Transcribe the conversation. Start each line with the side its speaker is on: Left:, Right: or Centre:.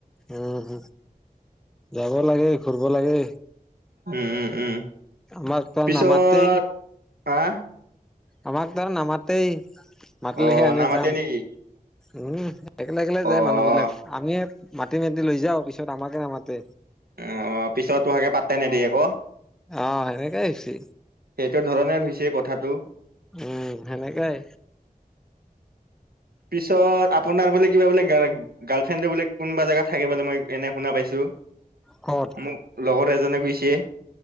Centre: উম, যাব লাগে ঘুৰিব লাগে।
Right: উম-উম-উম,
Centre: আমাক ত
Right: পিছত
Centre: নামাতেই
Right: হা?
Centre: আমাক ধৰা নামাতেই, মাতিলেহে
Right: অ
Centre: আমি
Right: নামাতে
Centre: যাম।
Right: নেকি
Centre: উম, একেল একেলে
Right: অ
Centre: যায় মানুহ বিলাক আমিয়ে মাতি মতি লৈ যাও পিছত আমাকে নামাতে।
Right: অ', পিছত পাত্তাই নিদিয়ে আকৌ।
Centre: অ' সেনেকেই হৈছে।
Right: সেইটো ধৰণে হৈছে কথাটো।
Centre: উম, সেনেকাই।
Right: পিছত আপোনাৰ বোলে কিবা বোলে গাল-গাৰ্লফ্ৰেণ্ড এ বোলে কোনবা জেগাত থাকে বোলে মই এনে শুনা পাইছো।
Centre: কত
Right: মোক লগৰ এজনে কৈছে।